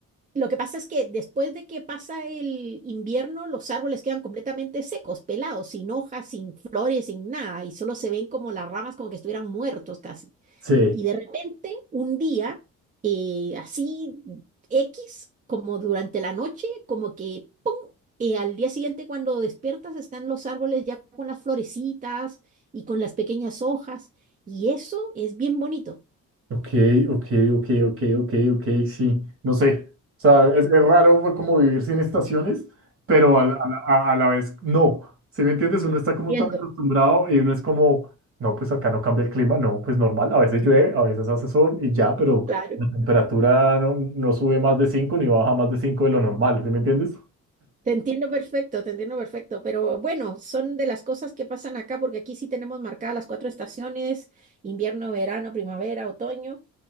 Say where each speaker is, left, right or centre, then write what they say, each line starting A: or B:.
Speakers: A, on the right (about 25°); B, on the right (about 45°).
A: Lo que pasa es que después de que pasa el invierno, los árboles quedan completamente secos, pelados, sin hojas, sin flores, sin nada, y solo se ven como las ramas como que estuvieran muertos casi.
B: Sí,
A: Y de repente, un día, eh, así X, como durante la noche, como que, ¡pum! Eh, al día siguiente, cuando despiertas, están los árboles ya con las florecitas y con las pequeñas hojas. Y eso es bien bonito.
B: ok, ok, ok, ok, ok, ok, sí, no sé, o sea, es, es raro pues, como vivir sin estaciones, pero a, la a la- a- a la vez no, ¿sí me entiendes? Uno está
A: Entiendo,
B: como tan acostumbrado y uno es como, no, pues acá no cambia el clima, no, pues normal, a veces llueve, a veces hace sol y ya, pero
A: claro.
B: la temperatura no, no sube más de 5 ni baja más de 5 de lo normal, ¿sí me entiendes?
A: Te entiendo perfecto, te entiendo perfecto, pero bueno, son de las cosas que pasan acá, porque aquí sí tenemos marcadas las cuatro estaciones, invierno, verano, primavera, otoño,